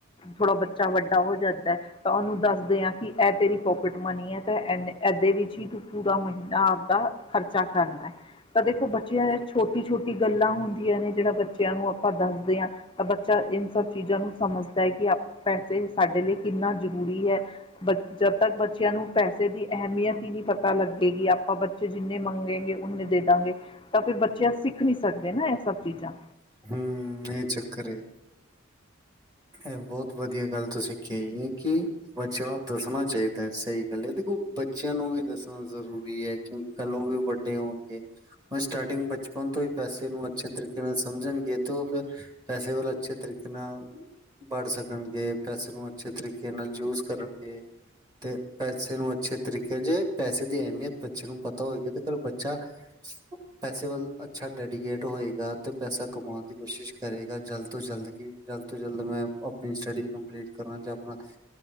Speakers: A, on the left; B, on the right.
A: ਥੋੜਾ, ਬੱਚਾ ਵੱਡਾ ਹੋ ਜਾਂਦਾ ਐ। ਤਾਂ ਉਹਨੂੰ ਦੱਸਦੇ ਆਂ ਕਿ, ਐ ਤੇਰੀ ਪੋਕਿਟ ਮਨੀ ਐ, ਤੇ ਏਨੇ, ਏਦੇ ਵਿੱਚ ਹੀ ਤੂੰ ਪੂਰਾ ਮਹੀਨਾ ਆਪਦਾ ਖਰਚਾ ਕਰਨਾ ਐ, ਤਾਂ ਦੇਖੋ ਬੱਚੇ ਛੋਟੀ-ਛੋਟੀ, ਗੱਲਾਂ ਹੁੰਦੀਆਂ ਨੇ, ਜਿਹੜਾ ਬੱਚਿਆਂ ਨੂੰ ਆਪਾਂ ਦੱਸਦੇ ਹਾਂ। ਤਾਂ ਬੱਚਾ ਇਨ ਸਭ ਚੀਜ਼ਾਂ ਨੂੰ ਸਮਝਦਾ ਐ, ਕਿ ਪੈਸੇ ਸਾਡੇ ਲਈ ਕਿੰਨਾ ਜ਼ਰੂਰੀ ਐ। ਬ, ਜਦ ਤੱਕ ਬੱਚਿਆਂ ਨੂੰ, ਪੈਸੇ ਦੀ ਅਹਿਮੀਅਤ ਹੀ ਨੀ ਪਤਾ ਲੱਗੇਗੀ, ਆਪਾਂ ਬੱਚੇ ਜਿੰਨੇ ਮੰਗੇੰਗੇ, ਉਨੇ ਦੇ ਦਾਂਗੇ, ਤਾਂ ਫਿਰ ਬੱਚੇ ਸਿੱਖ ਨੀ ਸਕਦੇ ਨਾ ਇਹ ਸਭ ਚੀਜ਼ਾਂ।
B: ਹੁੰ, ਏ ਚੱਕਰ ਏ। ਏ ਬੋਤ ਵਧੀਆ ਗੱਲ ਤੁਸੀਂ ਕਹੀ ਏ, ਕਿ। ਬੱਚਿਆਂ ਨੂੰ ਦੱਸਣਾ ਚਾਹੀਦਾ, ਸਹੀ ਗੱਲ ਐ। ਦੇਖੋ, ਬੱਚਿਆਂ ਨੂੰ ਵੀ ਦੱਸਣਾ ਜ਼ਰੂਰੀ ਐ। ਕਿਉਂ, ਕੱਲ ਉਹ ਵੀ ਵੱਡੇ ਹੋਣਗੇ। ਸਟਾਰਟਿੰਗ ਬਚਪਨ ਤੋਂ ਈ ਪੈਸੇ ਨੂੰ, ਅੱਛੇ ਤਰੀਕੇ ਨਾਲ ਸਮਝਣਗੇ, ਤੌ ਫਿਰ ਪੈਸੇ ਵਲ, ਅੱਛੇ ਤਰੀਕੇ ਨਾਲ। ਬੜ ਸਕਣਗੇ, ਪੈਸੇ ਨੂੰ ਅੱਛੇ ਤਰੀਕੇ ਨਾਲ ਯੂਜ ਕਰਨਗੇ। ਤੇ ਪੈਸੇ ਨੂੰ ਅੱਛੇ ਤਰੀਕੇ, ਜੇ ਪੈਸੇ ਦੀ ਅਹਿਮੀਅਤ ਬੱਚੇ ਨੂੰ ਪਤਾ ਹੋਏਗੀ, ਤੇ ਕੱਲ ਬੱਚਾ <inaudible> ਪੈਸੇ ਵੱਲ ਅੱਛਾ ਡੈਡੀਕੇਟ ਹੋਏਗਾ, ਤੇ ਪੈਸਾ ਕਮਾਉਣ ਦੀ ਕੋਸ਼ਿਸ਼ ਕਰੇਗਾ, ਜਲਦ ਤੋਂ ਜਲਦ ਕਿ ਗ਼ਲਤ ਜਲਦ ਮੈਂ, ਅਪਣੀ ਸਟੱਡੀ ਕੰਪਲੀਟ ਕਰਾਂ ਜਾਂ ਆਪਣਾ